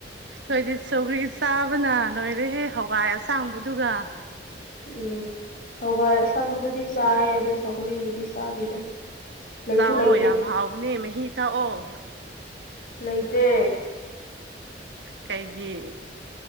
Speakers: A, on the right (about 80°); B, on the left (about 50°).
A: ꯑꯩꯈꯣꯏꯗꯤ ꯁꯧꯒ꯭ꯔꯤ ꯆꯥꯕꯅ ꯂꯣꯏꯔꯦꯍꯦ ꯍꯋꯥꯏ ꯑꯁꯥꯡꯕꯗꯨꯒ
B: ꯎꯝ ꯁꯒ ꯑꯁꯪꯕꯗꯨꯗꯤ ꯆꯥꯏ ꯑꯗꯣ ꯁꯧꯒꯣꯔꯤꯕꯕꯨꯗꯤ ꯆꯥꯗꯦꯗ ꯂꯩꯁꯨ
A: ꯆꯥꯛꯑꯣ
B: ꯂꯩꯇꯦ
A: ꯌꯥꯝ ꯍꯥꯎꯕꯅꯦ ꯃꯍꯤ ꯊꯥꯛꯑꯣ
B: ꯂꯩꯇꯦ
A: ꯀꯩꯒꯤ